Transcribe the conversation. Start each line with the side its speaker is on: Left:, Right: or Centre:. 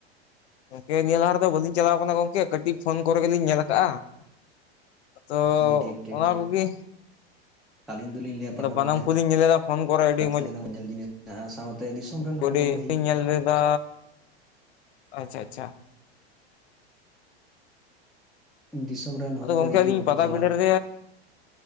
Left: ᱜᱚᱝᱠᱮ ᱱᱤᱭᱟᱹ ᱞᱟᱦᱟ ᱨᱮᱫᱚ ᱵᱟᱹᱞᱤᱧ ᱪᱟᱞᱟᱣ ᱟᱠᱟᱱᱟ ᱜᱚᱝᱠᱮ ᱠᱟᱹᱴᱤᱡ ᱯᱷᱳᱱ ᱠᱚᱨᱮ ᱜᱮᱞᱤᱧ ᱧᱮᱞ ᱠᱟᱜᱼᱟ ᱫᱚ
Centre: ᱴᱷᱤᱠ ᱴᱷᱤᱠ
Left: ᱚᱱᱟ
Centre: ᱴᱷᱤᱠ
Left: ᱠᱚᱜᱮ
Centre: ᱟᱹᱞᱤᱧ ᱫᱚᱞᱤᱧ ᱞᱟᱹᱭᱟ ᱯᱟᱴᱟᱵᱤᱫᱷᱟᱹ
Left: ᱵᱟᱱᱟᱢ ᱠᱚᱞᱤᱧ ᱧᱮᱞ ᱮᱫᱟ ᱯᱷᱳᱱ ᱠᱚᱨᱮ ᱟᱹᱰᱤ
Centre: ᱞᱟᱹᱠᱛᱤ
Left: ᱢᱚᱸᱡᱽ
Centre: ᱠᱟᱱᱟ ᱧᱮᱞ ᱡᱤᱱᱤᱥ ᱥᱟᱶᱛᱮ ᱫᱤᱥᱚᱢ ᱨᱮᱱ
Left: <unintelligible>
Centre: ᱦᱚᱲ ᱠᱚᱠᱚ ᱦᱤᱡᱩᱜ
Left: ᱧᱮᱞ ᱞᱮᱫᱟ ᱟᱪᱪᱷᱟ ᱟᱪᱪᱷᱟ
Centre: ᱫᱤᱥᱚᱢ ᱨᱮᱱ ᱦᱚᱲ
Left: ᱟᱫᱚ
Centre: ᱠᱚᱠᱚ
Left: ᱜᱚᱝᱠᱮ
Centre: ᱦᱤᱡᱩᱜᱼᱟ
Left: ᱟᱞᱤᱧ
Centre: ᱩᱱᱠᱩ
Left: ᱯᱟᱛᱟᱵᱤᱸᱫᱷᱟᱹ
Centre: ᱥᱟᱞᱟᱜ
Left: ᱨᱮ